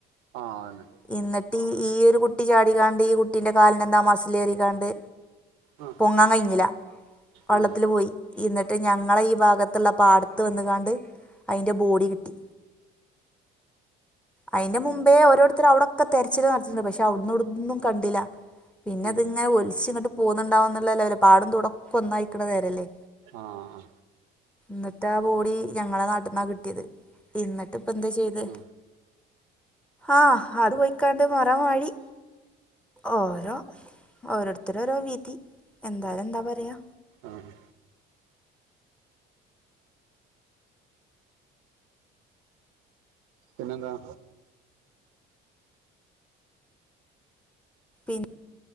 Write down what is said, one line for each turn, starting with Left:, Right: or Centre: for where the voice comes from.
Right: ആ അയെന്നെ
Centre: എന്നിട്ട് ഈയൊരു കുട്ടി ചാടിക്കാണ്ട് ഈ കുട്ടീന്റെ കാലിനെന്താ മസ്സിലേറിക്കാണ്ട്
Right: ആ
Centre: പൊങ്ങാൻ കഴിഞ്ഞില്ല വെള്ളത്തില്
Right: ആ
Centre: പോയി ഇന്നിട്ട് ഞങ്ങള ഭാഗത്തുള്ള പാടത്ത് വന്ന്കാണ്ട് അയിന്റെ ബോഡി കിട്ടി അതിന്റെ മുമ്പേ ഓരോരുത്തർ അവിടൊക്കെ തെരച്ചിൽ നടത്തണ്ട് പക്ഷെ അവിടന്ന് എവ്ട്ന്നും കണ്ടില്ല പിന്നെ
Right: ആ
Centre: അതിങ്ങെനെ ഒലിച് ഇങ്ങട്ട് പോന്നുണ്ടാവും, എന്നുള്ള ലവലോ പാടും തോടും ഒക്കെ ഒന്നായിരിക്കണ നേരമല്ലേ
Right: ആഹ്
Centre: ന്ന്ട്ടാ ആ ബോഡി ഞങ്ങളെ നാട്ടന്നാ കിട്ടിയത് ഇന്നിട്ട് ഇപ്പം എന്താ ചെയ്ത്.
Right: ആ ആ
Centre: ആഹാ അത് പോയിക്കാണ്ട് മറ മാടി. ഓരോ ഓരോരുത്തരെ ഓരോ വിധി, അല്ലാതെ എന്താ പറയുക
Right: ആഹ് പിന്നെന്താ?
Centre: പിന്ന,